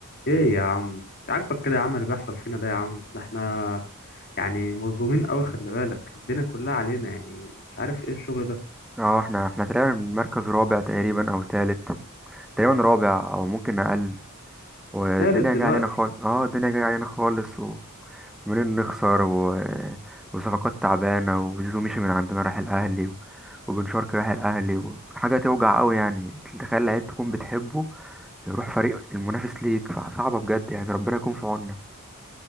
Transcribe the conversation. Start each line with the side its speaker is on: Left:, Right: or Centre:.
Left: ايه يا عم عاجبك كده يا عم اللي بيحصل فينا ده يا عم ده احنا يعني مظلومين قوي خلي بالك الدنيا كلها علينا يعني مش عارف ايه الشغل ده
Centre: اه احنا احنا تقريبا مركز رابع تقريبا او تالت تقريبا رابع او ممكن اقل والدنيا
Left: تالت دلوقتي
Centre: جايه علينا خالص اه الدنيا جايه علينا خالص وعمالين نخسر و... وصفقات تعبانه وزيزو مشي من عندنا راح الاهلي و... وبن شرقي راح الاهلي وحاجه توجع قوي يعني تخيل لعيب تكون بتحبه يروح فريق المنافس ليك فصعبه بجد يعني ربنا يكون في عوننا